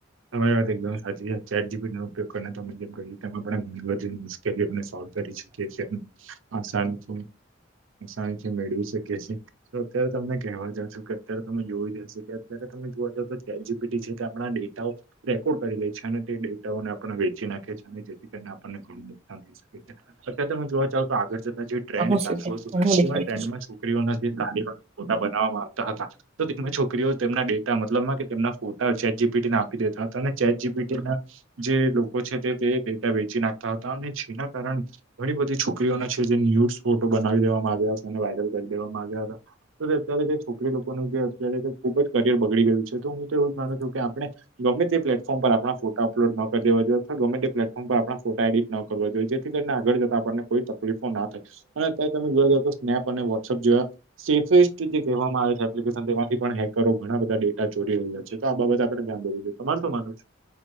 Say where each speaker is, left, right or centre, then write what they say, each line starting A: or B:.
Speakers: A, on the right; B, on the right.
A: તમારી વાત એકદમ હાચી છે ચેટ જીપીટી નો ઉપયોગ કરને તમે જેમ કરયુ તેમ આપણા મુશ્કેલીઓને સોલ્વ કરી શકયે છે આસાન તો આસાનીથી મેળવી શકીએ છીએ તો અત્યારે તમને કેવા જશો કે અયારે તમે જોવી જશે કે અત્યારે તમે જોવા જઓ તો કે ચેટ જીપીટી છે કે આપણા ડે રેકોર્ડ કરી લે છે અને તે ડેટાઓને આપણ ને વેચી નાખે છે અને જેથી કરીને આપણને ઘણી શકે છે અત્યારે તો તમે જોવા જાવ તો આગળ જતા જે ટ્રેન્ડ
B: હું
A: ચાલતુ હતું
B: હું દેખાય
A: તે ટ્રેન્ડમાં છો છોકરીઓનેથી ગાડી પણ ફોટા બનાવવામાં આવતા હતા. તો તેમાં છોકરીઓ તેમના ડેટા મતલબમાં કે તેમના ફોટા ચેટ જીપીટીને આપી દે દેતા હતા ને ચેટ જીપીટી ના જે લોકો છે તે તે ડેટા વેચી નાખતા હતા અને જેના કારણે ઘણી બધી છોકરીઓના છે જે ન્યૂસ ફોટો બનાવી દેવામાં આવ્યા હતા અને વાયરલ કરી દેવામાં આવ્યા હતા. અત્યારે જે છોકરી લોકોનું જે અત્યારે ખુબ જ કરિયર બગડી ગયું છે તો હું તો એવું જ માનું છું કે આપણે ગમે તે પ્લેટ પ્લેટફોર્મ પર આપણા ફોટા અપલોડ ના કર દેવા જોઈએ અથવા ગમે તે પ્લેફોર્મ પર આપણા ફોટા એડિટ ન કરવા જોઈએ. જે થી કરીને આગળ જતા આપણને કોઈ તકલીફો ના થાય અને અત્યારે તમે જોવા જ તો સ્નેપ અને વોટ્સઅપ જેવા સેફેસ્ટ જે કહેવામાં આવે છે. એપ્લિકેશન તેમાંથી પણ હેકરો ઘણા બધા ડેટા ચોરી રહ્યા છે તો આ બાબત આપણે ધ્યાન દેવું જોઈએ તમાર શું માનવુ છે.